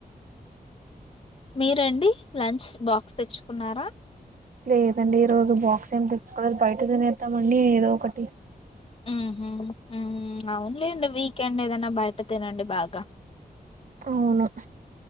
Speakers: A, on the left (about 40°); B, on the right (about 60°).
A: మీరండి లంచ్ బాక్స్ తెచ్చుకున్నారా
B: లేదండి ఈ రోజు బాక్స్ ఏం తెచ్చుకో బయట తినేస్తా మండి ఏదో ఒకటి
A: ఉమ్ హా అవునులేండి వీకెండ్ ఏదైనా బయట తనడి భాగం
B: అవును